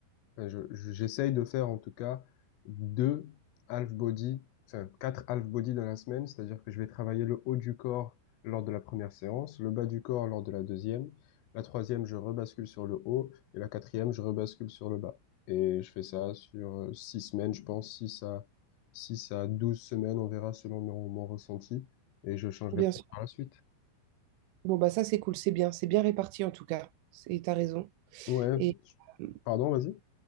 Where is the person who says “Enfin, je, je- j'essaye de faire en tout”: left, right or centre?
Left